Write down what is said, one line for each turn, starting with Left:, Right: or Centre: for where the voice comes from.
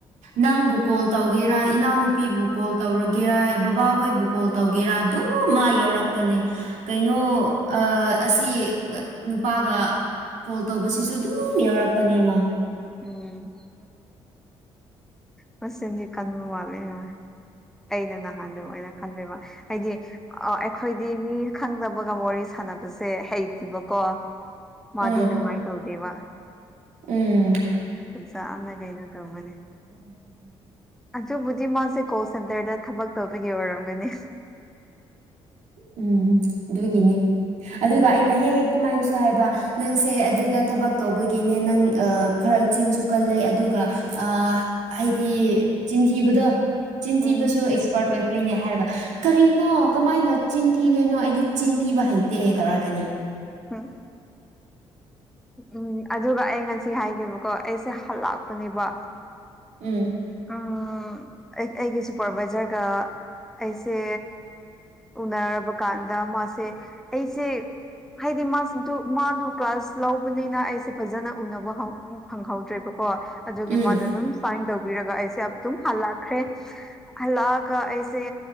Right: ꯅꯪꯕꯨ ꯀꯣꯜ ꯇꯧꯒꯦꯔꯥ ꯏꯅꯥꯎꯅꯨꯄꯤꯕꯨ ꯀꯣꯜ ꯇꯧꯔꯒꯦꯔ ꯕꯕꯥ ꯍꯣꯏꯕꯨ ꯀꯣꯜ ꯇꯧꯒꯦꯔꯥ ꯑꯗꯨ ꯃꯥ ꯌꯥꯧꯔꯛꯄꯅꯦ ꯀꯩꯅꯣ ꯑꯁꯤ ꯅꯨꯄꯥꯒ ꯀꯣꯜ ꯇꯧꯕꯁꯤꯁꯨ ꯑꯗꯨꯝ ꯌꯥꯎꯔꯛꯄꯅꯦꯃ
Centre: ꯎꯝ ꯃ ꯏꯟꯗꯤ ꯀꯟ ꯋꯥꯦ ꯍꯥꯏ ꯑꯩꯅ ꯅꯍꯥꯟ ꯑꯗꯨ ꯑꯣꯏꯅ ꯈꯟꯂꯕ ꯍꯥꯏꯗꯤ ꯑ ꯑꯩꯈꯣꯏꯗꯤ ꯃꯤ ꯈꯪꯗꯕꯒ ꯋꯥꯔꯤ ꯁꯥꯟꯅꯕꯁꯦ ꯍꯩꯇꯦꯕꯀꯣ ꯃꯥꯗꯗꯨ
Right: ꯎꯝ
Centre: ꯃꯥꯏꯗꯧꯗꯦ ꯋꯥ
Right: ꯎꯝ
Centre: ꯁꯅ ꯀꯩꯅꯣ ꯇꯧꯃꯅꯤ
Right: ꯎꯝꯝ
Centre: ꯑꯗꯨꯕꯨꯗꯤ ꯃꯥꯁꯦ ꯀꯣꯜ ꯁꯦꯟꯇꯔꯗ ꯊꯕꯛ ꯇꯧꯕꯒꯤ ꯑꯣꯏꯔꯝꯒꯅꯤ
Right: ꯎꯝ ꯑꯗꯨꯒꯤꯅꯤ ꯑꯗꯨꯒ
Centre: ꯎꯝ
Right: ꯑꯩꯅ ꯍꯦꯛ ꯍꯦꯛ ꯑꯗꯨꯃꯥꯏꯅ ꯁꯨ ꯍꯥꯏꯕ ꯅꯪꯁꯦ ꯑꯗꯨꯗ ꯊꯕꯛ ꯇꯧꯕꯒꯤꯅꯦ ꯅꯪ ꯈꯔ ꯆꯤꯟꯁꯨ ꯀꯜꯂꯦ ꯑꯗꯨꯒ ꯑ ꯍꯥꯏꯗꯤ ꯆꯤꯟꯊꯤꯕꯗꯣ ꯆꯤꯟꯊꯤꯕꯁꯨ
Centre: ꯎꯝ
Right: ꯑꯦꯛꯁꯄꯥꯔꯠ ꯑꯣꯏꯈ꯭ꯔꯦꯅꯦ ꯍꯥꯏꯔꯒ ꯀꯔꯤꯅꯣ ꯀꯃꯥꯏꯅ ꯆꯤꯟ ꯊꯤꯗꯣꯏꯅꯣ ꯑꯩꯗꯤ ꯆꯤꯟ ꯊꯤꯕ ꯍꯩꯇꯦ ꯇꯧꯔꯛꯀꯅꯤ
Centre: ꯎꯝ ꯎꯝ ꯑꯗꯨꯒ ꯑꯩ ꯉꯁꯤ ꯍꯥꯏꯒ‌ꯦꯕꯀꯣ ꯑꯩꯁꯦ ꯍꯜꯂꯛꯄꯅꯦꯕ
Right: ꯎꯝ
Centre: ꯎꯝ ꯑꯩ ꯑꯩꯒꯤ ꯁꯨꯄꯔꯚꯏꯖꯔꯒ ꯑꯩꯁꯦ ꯎꯅꯔꯕ ꯀꯥꯟꯗ ꯃꯥꯁꯦ ꯑꯩꯁꯦ ꯍꯥꯏꯗꯤ ꯃꯥ ꯃꯥꯗꯨ ꯀ꯭ꯂꯥꯁ ꯂꯧꯕꯅꯤꯅ ꯑꯩꯁꯦ ꯐꯖꯅ ꯎꯅꯕ ꯍꯧ ꯐꯪꯍꯧꯗ꯭ꯔꯦꯕꯀꯣ ꯑꯗꯨꯒꯤ
Right: ꯎꯝ
Centre: ꯃꯅ ꯑꯗꯨꯝ ꯁꯥꯏꯟ ꯇꯧꯕꯤꯔꯒ ꯑꯩꯁꯦ ꯑꯗꯨꯝ ꯍꯜꯂꯛꯈ꯭ꯔꯦ ꯍꯂꯛꯑꯒ ꯑꯩꯁꯦ